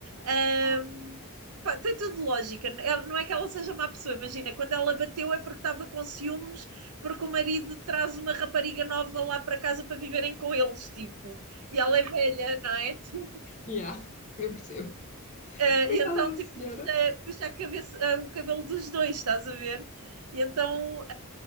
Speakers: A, on the right; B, on the left.
A: Ahm,
B: Oh.
A: pá, tem tudo lógica. Ela- não é que ela seja má pessoa, imagina, quando ela bateu é porque estava com ciúmes, porque o marido traz uma rapariga nova lá para casa para viverem com eles, tipo, e ela é velha, não é? <laughs> Tipo,
B: Yeah. Eu percebo.
A: eh,
B: Coitada
A: e então,
B: da
A: tipo,
B: senhora.
A: puxa, puxa a cabeça, eh, o cabelo dos dois, estás a ver? E então,